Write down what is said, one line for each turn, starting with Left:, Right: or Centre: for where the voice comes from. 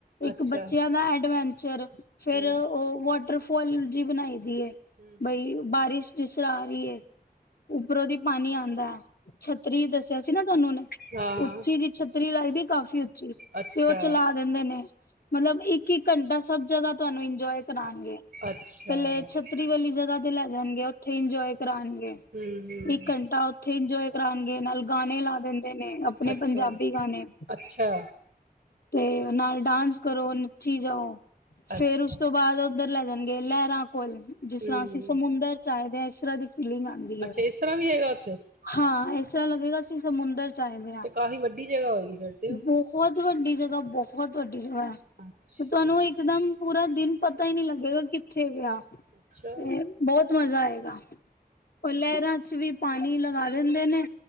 Left: ਇੱਕ
Right: ਅੱਛਾ
Left: ਬੱਚਿਆਂ ਦਾ ਐ ਐਡਵੈਂਚਰ। ਫੇਰ
Right: ਹਮ
Left: ਉਹ ਵਾਟਰ ਪੂਲ ਜੀ ਬਣਾਈ। <unintelligible>
Right: ਹਮ
Left: ਬਈ
Right: ਹਮ
Left: ਬਾਰਿਸ਼ ਜਿਸ ਤਰ੍ਹਾਂ ਆ ਰਹੀ ਏ, ਉੱਪਰੋਂਦੀ ਪਾਣੀ ਆਉਂਦਾ ਏ, ਛੱਤਰੀ ਦੱਸਿਆ ਸੀ ਨਾ। <unintelligible>
Right: ਹਾਂ
Left: ਉੱਚੀ ਜੀ ਛੱਤਰੀ ਲਾਈ ਕਾਫੀ
Right: ਅੱਛਾ
Left: ਤੇ ਉਹ ਚਲਾ ਦਿੰਦੇ ਨੇ। ਮਤਲਬ ਇੱਕ ਇੱਕ-ਇੱਕ ਘੰਟਾ ਸਭ ਜਗ੍ਹਾ ਤੁਹਾਨੂੰ ਇੰਜੋਏ ਕਰਾਂਗੇ,
Right: ਅੱਛਾ
Left: ਪਹਿਲੇ
Right: ਹਮ
Left: ਛੱਤਰੀ ਵਾਲੀ ਜਗ੍ਹਾ ਤੇ ਲੈ ਜਾਣਗੇ ਉੱਥੇ ਇੰਜੋਏ ਕਰਗੇ
Right: ਹਮ
Left: ਇੱਕ ਘੰਟਾ ਉੱਥੇ ਇੰਜੋਏ ਕਰਗੇ ਨਾਲ ਗਾਣੇ ਲਾ ਦਿੰਦੇ ਨੇ ਆਪਣੇ
Right: ਅੱਛਾ
Left: ਪੰਜਾਬੀ ਗਾਣੇ
Right: ਅੱਛਾ
Left: ਤੇ ਨਾਲ ਡਾਂਸ ਕਰੋ ਨੱਚੀ ਜਾਓ
Right: ਅੱਛਾ
Left: ਫੇਰ ਉਸ ਤੋਂ ਬਾਅਦ ਉੱਧਰ ਲ ਜਾਣਗੇਏ ਲ ਕੋਲ ਜਿਸ
Right: ਹਮ
Left: ਤਰ੍ਹਾਂ ਅਸੀਂ ਸਮੁੰਦਰ ਚਾਹੀਦੇ <unintelligible> ਫ ਆਉਂਦੀ
Right: ਅੱਛਾ
Left: ਹੈ
Right: ਇਸ ਤਰ੍ਹਾਂ ਵੀ ਹੈਗਾ ਉੱਥੇ
Left: ਹਾਂ ਇਸ ਅਛਾ ਲੱਗੇਗਾ ਸੀ ਸਮੁੰਦਰ ਚ ਆਏ ਦੇ ਹਾਂ।
Right: ਤੇ ਕਾਫ਼ੀ ਵੱਡੀ ਜਗ੍ਹਾ ਹੋਏਗੀ ਫਿਰ ਤੇ ਉਹ
Left: ਬਹੁਤ ਵੱਡੀ ਜਗ੍ਹਾ ਬਹੁਤ ਵੱ
Right: ਅੱਛਾ
Left: ਤੁਹਾਨੂੰ ਇੱਕਦਮ ਪੂਰਾ ਦਿਨ ਪਤਾ ਹੀ ਨਹੀਂੀ ਲੱਗੇਗਾ ਕਿੱਥੇ ਗਿਆ
Right: ਅੱਛਾ
Left: ਤੇ ਬਹੁਤ ਮਜ਼ਾ ਆਏਗਾ ਕੁਲਰਾ ਵੀ ਪਾਣੀ ਲਗਾ ਦਿੰਦੇ ਨੇ